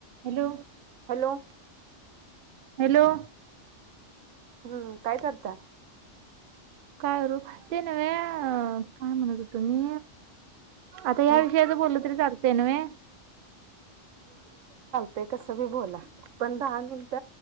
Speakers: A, on the right; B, on the right.
A: हॅलो
B: हॅलो..
A: हॅलो...
B: हम्म काय करताय...
A: करू ते नव काय म्हणत होतो मी.. आता
B: हम्म
A: या विषयाचा बोल तरी चर्चायन म आहे..
B: ते कस बी बोला पण दहा मिनट